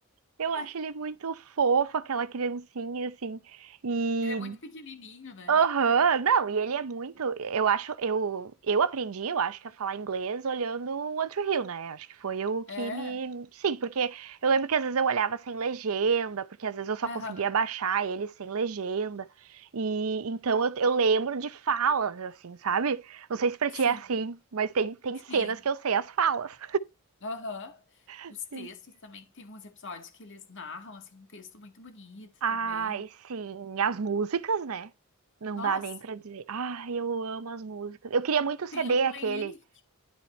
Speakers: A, on the right; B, on the left.
A: Eu
B: <laughs>
A: acho ele muito fofo, aquela criancinha, assim. E
B: Ele é muito pequenininho, né?
A: Aham, Não, e ele é muito. Eu acho, eu, eu aprendi, eu acho que a falar inglês olhando o One Tree Hill, né? Acho que foi o que
B: É.
A: me. Sim, porque eu lembro que às vezes eu olhava sem legenda, porque às vezes eu só
B: Aham.
A: conseguia baixar ele sem legenda. E então eu, eu lembro de falas, assim, sabe? Não sei se pra
B: Sim,
A: ti é assim, mas tem, tem
B: sim.
A: cenas que eu sei as falas.
B: Aham. Os
A: <laughs>
B: textos também, tem uns episódios que eles narram, assim, um texto muito bonito
A: Ai,
B: também.
A: sim, as músicas, né? Não
B: Nossa,
A: dá nem pra dizer. Ai, eu amo as músicas. Eu queria muito o CD
B: tem um playlist.
A: aquele.